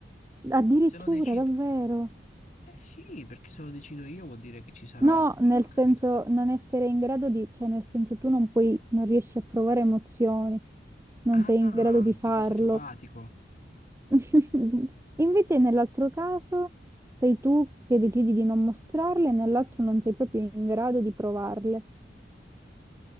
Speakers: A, on the right; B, on the left.
A: Addirittura,
B: Se lo decido...
A: davvero.
B: Eh sì, perché se lo decido io vuol dire che ci sarà
A: No,
B: un motivo,
A: nel
B: capito?
A: senso non essere in grado di, cioè nel senso tu non puoi, non riesci a provare emozioni, non
B: Ah,
A: sei in grado di farlo.
B: tipo sociopatico.
A: <laughs> Invece nell'altro caso sei tu che decidi di non mostrarle e nell'altro non sei proprio in grado di provarle.